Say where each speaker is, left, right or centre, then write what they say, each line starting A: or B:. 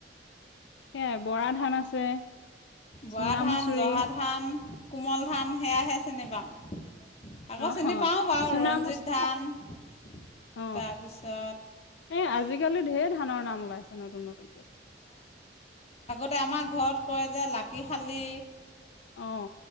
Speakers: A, on the left; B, on the left.
A: সেয়াই বৰা ধান আছে, আছে
B: বৰা
A: চুনা
B: ধান
A: মচৰি,
B: জহা ধান কোমল ধান, সেয়াহে চিনি পাওঁ আকৌ
A: অ
B: চিনি
A: অ
B: পাওঁ বাৰু
A: চুনা
B: ৰঞ্জিত
A: মচুৰি
B: ধান
A: অ অ
B: তাৰপিছত!
A: এই আজিকালি ঢেৰ ধানৰ নাম? ওলাইছে ন ন নপীয়া <unintelligible>
B: তাতে আমাৰ ঘৰত কৰে যে লাকিশালী!
A: আহ